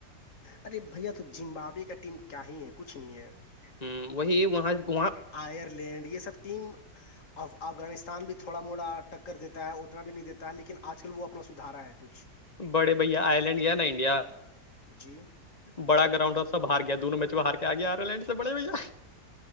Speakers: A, on the left; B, on the left.
A: ارے بھیا تو زمبابے کا ٹیم کیا ہی ہے کچھ نہیں ہے
B: ہ وہی وہاں وہاں
A: آئر لینڈ یہ سب ٹیم ا افغانستان بھی تھوڑا موڑاٹک کر دیتا ہے اتنا بھی نہیں دیتا ہے لیکن آج کل وہ اپنا سدھارا ہے کچھ
B: بڑے بھیا آئی لینڈ گیا نا انڈیا
A: جی
B: بڑا گراؤنڈ تھا سب ہار گیا دونوں میچ میں ہار کے آ گیا آرلینڈ سے بڑے بھیا